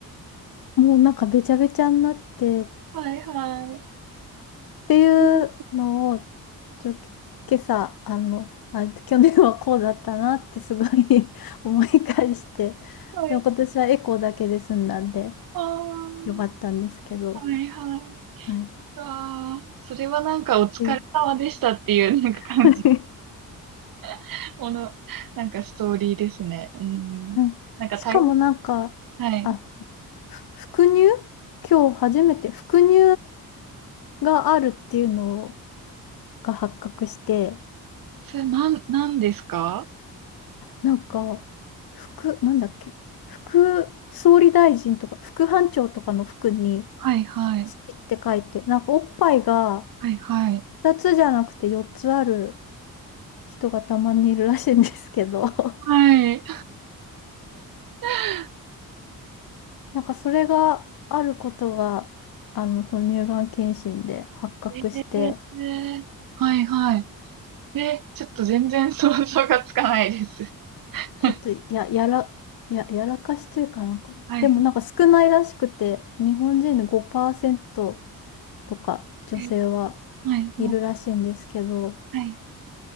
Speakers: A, on the left; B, on the right.
A: もうなんかべちゃべちゃになってっ
B: はいはい。
A: ていうのを、
B: うん
A: ちょ、今朝、あの、あ、去年はこうだったなってすごい <laughs> 思い返して、
B: はい。
A: でも今年はエコーだけで済んだんで
B: ああ。
A: よかったんですけど、
B: はいはい。
A: はい。
B: ああ、それはなんかお疲れ様でしたっていう、
A: で
B: なんか感じ、
A: <laughs>
B: <laughs> この、なんかストーリーですね。うん。
A: はい。
B: なんか大変、
A: しかもなんか、
B: はい。
A: あ、ふ副乳今日初めて副乳があるっていうのが発覚して、
B: それなん、なんですか
A: なんか、副、なんだっけ、副総理大臣とか、副班長とかの服に、
B: はいはい。
A: 父って書いて、なんかおっぱいが
B: はいはい。
A: 2つじゃなくて4つある人がたまにいるらしいんですけど、<laughs>
B: はい。<laughs>
A: なんかそれがあることが、あの、その乳がん検診で発覚して、
B: えーはいはい。え、ちょっと全然想像がつかないです。<laughs>
A: ちょっとや、やら、や、やらかしというかなんか、
B: はいは
A: でもなんか少ないらしくて、日本人で5%とか女性は
B: い。はい
A: いるらしいんですけど、
B: はい。